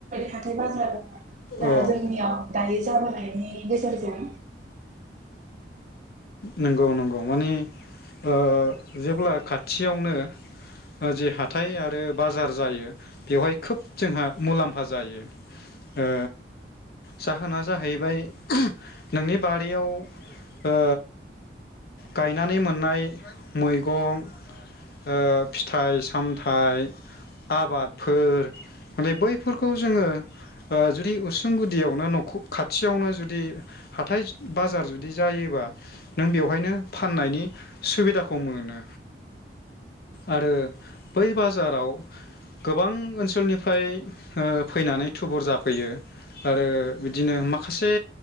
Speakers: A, on the right; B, on the left.
A: हाथाय बाजाराव
B: औ
A: ना जोंनियाव दायो जाब होनायनि गेजेरजों
B: नंगौ-नंगौ माने ओ जेब्ला खाथियावनो ओ जे हाथाय आरो बाजार जायो बेवहाय खोब जोंहा मुलाम्फा जायो ओ जाहोना जाहैबाय नोंनि बारियाव ओ गायनानै मोननाय मैगं ओ फिथाइ सामथाइ आबादफोर माने बैफोरखौ जोङो ओ जुदि उसुं गुदियावनो नखर खाथियावनो जुदि हाथाय बाजार जुदि जायोबा नों बेवहायनो फाननायनि सुबिदाखौ मोनो आरो बै बास कक्राझाराव गोबां ओनसोलनिफ्राय फैनानै थुबुर जाफैयो आरो बिदिनो माखासे